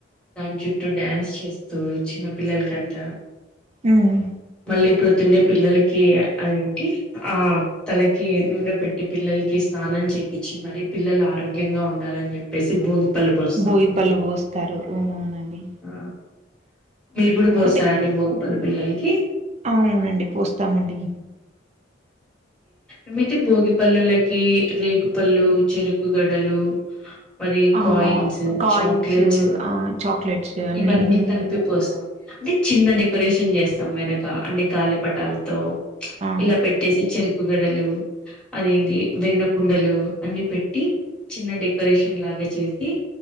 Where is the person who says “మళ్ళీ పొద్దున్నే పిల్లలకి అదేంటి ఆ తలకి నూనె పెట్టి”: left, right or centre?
Centre